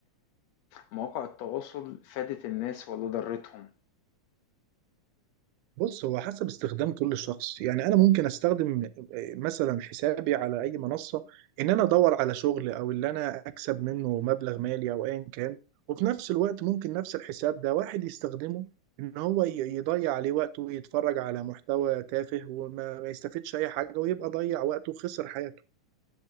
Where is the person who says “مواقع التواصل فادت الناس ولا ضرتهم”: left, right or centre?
Left